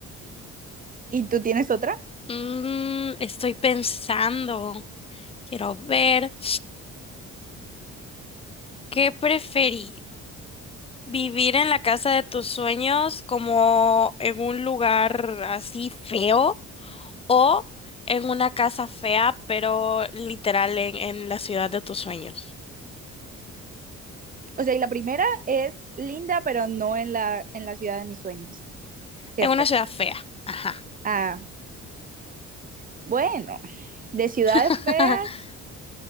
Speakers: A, on the right (about 30°); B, on the left (about 20°).
A: ¿Y tú tienes otra?
B: Mm, estoy pensando, quiero ver, <gasps> ¿qué preferís? ¿Vivir en la casa de tus sueños como en un lugar así feo o en una casa fea, pero literal en, en la ciudad de tus sueños?
A: O sea, y la primera es linda, pero no en la, en la ciudad de mis sueños, ¿cierto?
B: En una ciudad fea. Ajá.
A: Ah, bueno, de ciudades
B: <laughs>
A: feas,